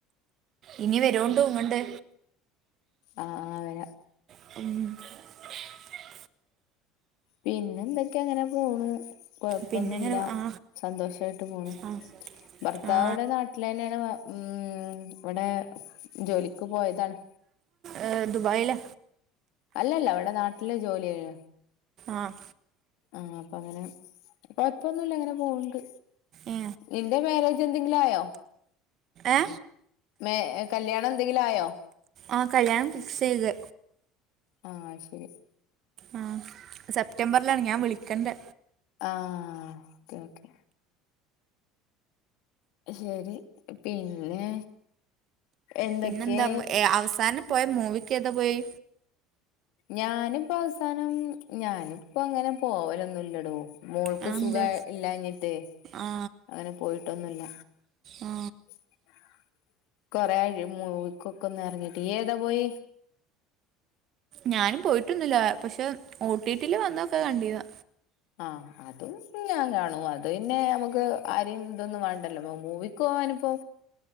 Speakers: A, on the right; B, on the left.
A: ഇനി വരോണ്ട്
B: <unintelligible>
A: ഇങ്ങണ്ട്
B: ആഹ് ആ വരാ
A: <unintelligible>
B: പിന്നെ എന്തൊക്കെ ഇങ്ങനെ പോണൂ കൊഴപ്പൊന്നുല്ല
A: പിന്നെ ഇങ്ങനെ ആ
B: സന്തോഷായിട്ട് പോണു
A: ആ
B: ഭർത്താവവിടെ
A: ആ
B: നാട്ടിൽ തന്നെയാണ് ഉം ഇവിടെ ജോലിക്ക് പോയതാ <inaudible>
A: ഏ, ദുബായിലാ
B: അല്ലല്ല അവിടെ നാട്ടില് ജോലിയ്യ
A: ആഹ്
B: ആഹ് അപ്പൊ അങ്ങനെ കൊയപ്പൊന്നുല്ല അങ്ങനെ പോവണ്ട്
A: ഏ
B: ഇന്റെ മാരേജ് എന്തെങ്കിലും ആയോ?
A: ഏ
B: <unintelligible> കല്യാണം എന്തെങ്കിലും ആയോ
A: ആ കല്യാണം ഫിക്സ് ചെയ്ത്
B: ആഹ് ശരി
A: ആ സെപ്റ്റംബറിലാണ് ഞാൻ വിളിക്കണ്ട്
B: ആഹ് ഓക്കെ ഓക്കെ ശരി, പിന്നെ എന്തൊക്കെ
A: പിന്നെന്താ അവസാനം പോയ മൂവിക്ക് ഏതാ പോയി
B: ഞാനിപ്പോ അവസാനം ഞാനിപ്പോ അങ്ങനെ പോവലൊന്നുമില്ലടോ മോൾക്ക്
A: ആ
B: സുഖ
A: എന്ത്
B: ഇല്ലഞ്ഞിട്ട്
A: ആ
B: അങ്ങനെ പോയിട്ടൊന്നുമില്ല
A: ആ
B: <inaudible> കൊറെേ ആയി മൂവിക്കൊക്ക ഒന്ന് ഇറങ്ങിട്ട് ഇയ്യ് ഏതാ പോയെ
A: ഞാനും പോയിട്ടൊന്നില്ല പക്ഷെ ഓട്ടിട്ടില് വന്നൊക്കെ കണ്ടിന്
B: ആ അതും ഞാൻ കാണും അത് പിന്നെ നമുക്ക് ആരെയും ഇതൊന്നും വേണ്ടല്ലോ മൂവി പോവാനിപ്പോ